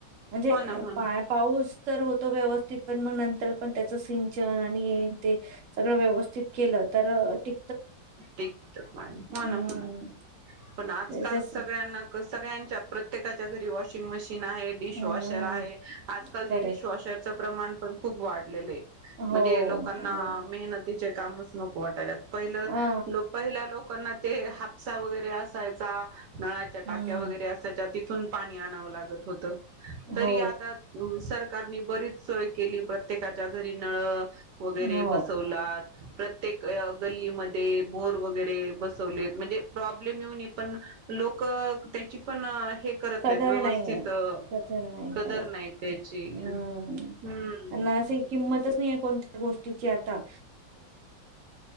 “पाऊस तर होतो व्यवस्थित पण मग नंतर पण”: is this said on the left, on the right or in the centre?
Right